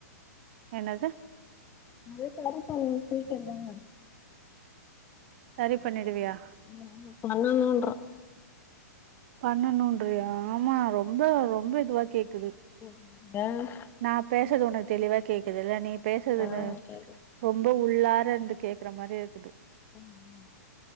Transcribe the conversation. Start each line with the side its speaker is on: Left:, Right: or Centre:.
Right: என்னது?
Left: மதிய <inaudible>
Right: சரி பண்ணிடுவியா?
Left: ஓ ஆமா பண்ணுனுன்றே.
Right: பண்ணுனுன்றியா ஆமா ரொம்ப ரொம்ப இதுவா கேக்குது.
Left: ம் ம் ம் வேற?
Right: நா பேசறது உனக் தெளிவா கேக்குதில்ல நீ பேசறது
Left: ஆ
Right: எனு
Left: கேக்குது
Right: ரொம்ப உள்ளார இருந்து கேக்கற மாரியே இருக்குது.
Left: <inaudible>